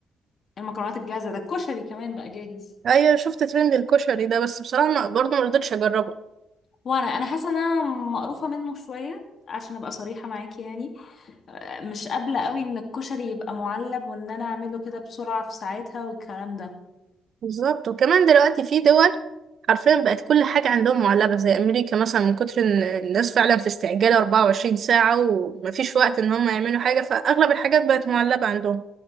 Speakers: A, on the left; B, on the right.
A: المكرونات الجاهزة ده الكشري كمان بقى جاهز
B: ايوه شفت ترند الكشري ده بس بصراحه ما برضه ما رضيتش اجربه
A: وانا انا حاسة ان انا مقروفة منه شوية عشان ابقى صريحة معاكي يعني مش قابلة قوي ان الكشري يبقى معلب وان انا اعمله كده بسرعة في ساعتها والكلام ده
B: بالظبط وكمان دلوقتي في دول حرفيا بقت كل حاجه عندهم معلبه زي امريكا مثلا من كتر ان الناس فعلا في استعجال 24 ساعه ومفيش وقت ان هم يعملوا حاجه فاغلب الحاجات بقت معلبه عندهم